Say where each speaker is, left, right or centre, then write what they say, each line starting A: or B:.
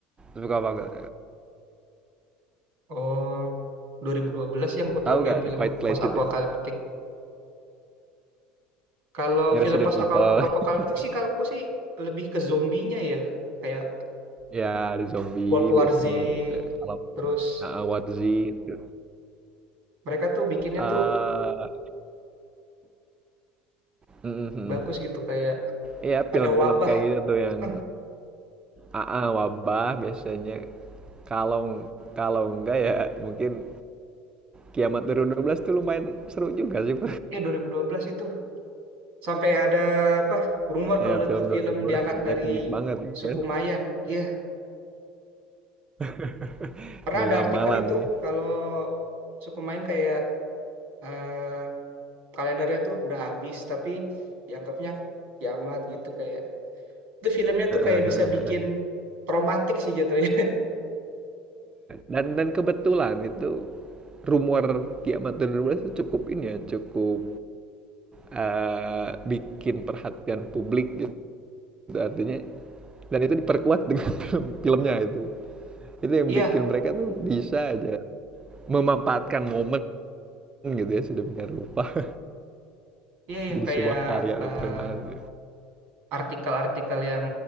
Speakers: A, on the right; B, on the right.
A: suka banget.
B: Oh, 2012 yang ku tahu
A: Tahu
B: film-film
A: gak The Quiet Place
B: post
A: itu?
B: apokaliptik. Kalau
A: Ini Resident
B: film post
A: Evil.
B: apokaliptik
A: <laughs>
B: sih kalau aku sih lebih ke zombinya ya. Kayak
A: Ya, ada zombie
B: World War
A: biasanya
B: Z,
A: gitu. Kalau
B: terus
A: uh, Warzy itu.
B: mereka tuh bikinnya
A: eh
B: tuh
A: mhm.
B: bagus gitu kayak
A: Iya, film-film
B: ada wabah.
A: kayak gitu tuh yang
B: Ah,
A: Aa, wabah biasanya kalau kalau enggak ya mungkin Kiamat dua dua ribu dua belas tuh lumayan seru juga sih
B: eh 2012 itu sampai ada apa?
A: <laughs>
B: Rumor kalau
A: ya film
B: itu
A: 2012
B: film diangkat dari
A: ikonik banget
B: suku
A: kan
B: Mayan. Iya,
A: <laughs>
B: Pernah
A: dari
B: ada
A: ramalan
B: artikel itu
A: nih
B: kalau suku Mayan kayak eh, kalendernya tuh udah habis tapi dianggapnya kiamat gitu kayak itu filmnya
A: <laughs> ya
B: tuh kayak bisa bikin traumatik sih jatuhnya
A: dan dan kebetulan itu rumor kiamat dua dua ribu dua belas itu cukup ini ya, cukup eh, bikin perhatian publik gitu. Artinya dan itu diperkuat dengan <laughs> film filmnya itu. Itu yang
B: <laughs> iya
A: bikin mereka tuh bisa aja memanfaatkan momen gitu ya sudah punya rupa <laughs>
B: iya iya
A: jadi
B: kayak
A: sebuah karya
B: eh,
A: tuh keren banget itu
B: artikel-artikel yang